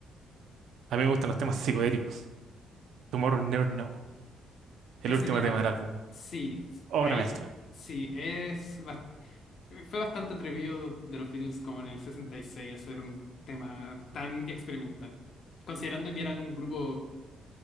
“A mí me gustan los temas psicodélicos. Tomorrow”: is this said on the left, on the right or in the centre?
Right